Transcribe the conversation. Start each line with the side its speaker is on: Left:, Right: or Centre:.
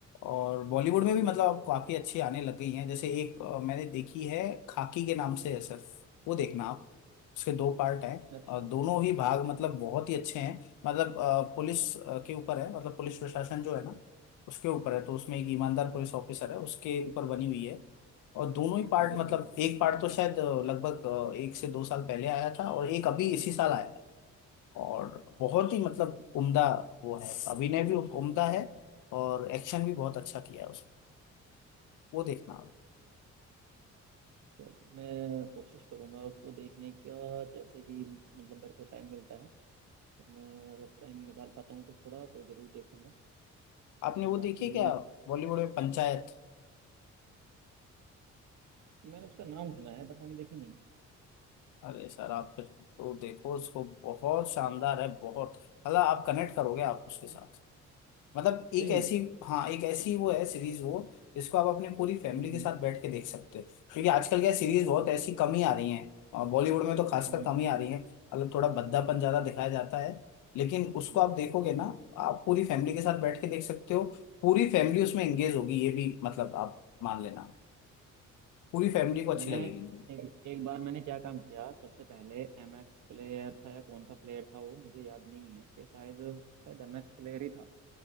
Left: और बॉलीवुड में भी मतलब अब काफी अच्छी आने लग गई हैं जैसे एक अ, मैंने देखी है खाकी के नाम से है सर वो देखना आप उसके दो पार्ट हैं
Right: अच्छा
Left: और दोनों ही भाग मतलब बहुत ही अच्छे हैं मतलब अ, पुलिस अ, के ऊपर है मतलब पुलिस प्रशासन जो है ना उसके ऊपर है तो उसमें एक ईमानदार पुलिस ऑफिसर है उसके ऊपर बनी हुई है और दोनों ही पार्ट
Right: बिल्कुल
Left: मतलब
Right: बिल्कुल
Left: एक पार्ट तो शायद अ, लगभग अ, एक से दो साल पहले आया था और एक अभी इसी साल आया है और बहुत ही मतलब
Right: ठीक
Left: उम्दा वो है अभिनय भी उम्दा है और एक्शन भी बहुत अच्छा किया है उसमें वो देखना आप।
Right: चलिए मैं कोशिश करूंगा उसको देखने का जैसे ही मतलब मेरे को टाइम मिलता है तो मैं अगर टाइम निकाल पाता हूँ तो थोड़ा तो जरूर देखूंगा
Left: आपने वो
Right: बाकी
Left: देखी है क्या बॉलीवुड में पंचायत
Right: मैंने उसका नाम सुना है बट मैंने देखी नहीं
Left: अरे सर आप फिर तो देखो उसको बहुत शानदार है बहुत हालांकि आप कनेक्ट करोगे आप उसके
Right: अच्छा
Left: साथ मतलब एक
Right: सही में
Left: ऐसी हाँ एक ऐसी वो है सीरीज वो जिसको आप अपनी पूरी फैमिली
Right: हम्म
Left: के
Right: हम्म
Left: साथ बैठ के देख सकते हो क्योंकि आजकल क्या सीरीज बहुत
Right: अच्छा
Left: ऐसी कम ही आ रही हैं और बॉलीवुड में तो खासकर
Right: हम्म
Left: कम
Right: हम्म
Left: ही
Right: हम्म
Left: आ रही हैं मतलब थोड़ा भद्दापन ज्यादा दिखाया जाता है लेकिन उसको
Right: हम्म।
Left: आप देखोगे ना आप पूरी फैमिली के साथ बैठ के देख सकते हो पूरी फैमिली उसमें एंगेज होगी ये भी मतलब आप मान लेना पूरी फैमिली को अच्छी
Right: मैंने
Left: लगेगी
Right: एक एक बार मैंने क्या काम किया सबसे पहले एम एक्स प्लेयर था या कौन सा प्लेयर था वो मुझे याद नहीं है कि शायद शायद एम एक्स प्लेयर ही था